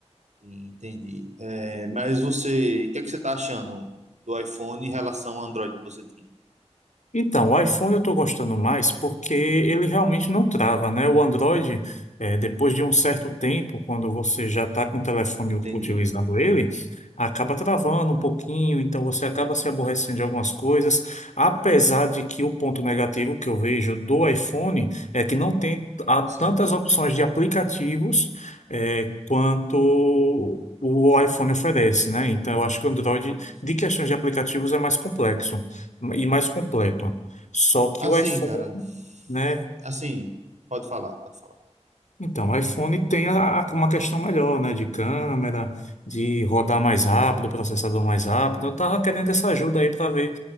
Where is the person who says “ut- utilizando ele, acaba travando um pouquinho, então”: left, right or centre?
Left